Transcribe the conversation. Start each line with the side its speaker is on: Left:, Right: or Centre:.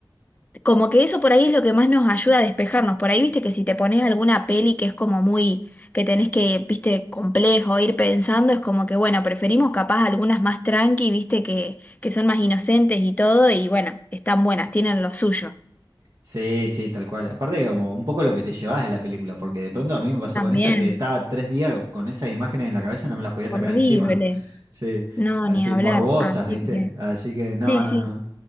Left: como que eso por ahí es lo que más nos ayuda a despejarnos. Por ahí, viste, que si te pones alguna peli que es como muy, que tenés que, viste, complejo, ir pensando, es como que, bueno, preferimos capaz algunas más tranqui, viste, que, que son más inocentes y todo, y bueno, están buenas, tienen lo suyo.
Right: Sí, sí, tal cual. Aparte, como un poco lo que te llevas de la película, porque de pronto a mí me pasó
Left: También,
Right: con esa que estaba tres días con esas imágenes en la cabeza no me las podía
Left: horrible.
Right: sacar encima. Sí,
Left: No,
Right: así
Left: ni hablar.
Right: morbosas,
Left: Así
Right: ¿viste?
Left: que,
Right: Así que no,
Left: sí, sí.
Right: no, no.